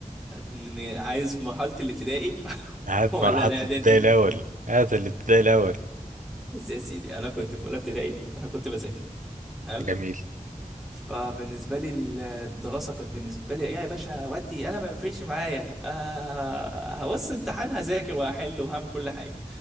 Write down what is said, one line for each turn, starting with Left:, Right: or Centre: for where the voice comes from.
Centre: إن- عايز في مرحله الابتدائي <laughs>
Right: هات
Centre: ولا
Right: مرحلة
Centre: الاعدادي
Right: الابتدائي الاول هات الابتدائي الاول
Centre: بس يا سيدي انا كنت في اولى ابتدائي انا كنت بذاكر حلو
Right: جميل
Centre: فبالنسبه لي الدراسه كانت بالنسبه لي ايه يا باشا ودي انا ما بيفرقش معايا آه، هبص امتحان هذاكر وهحل وهعمل كل حاجه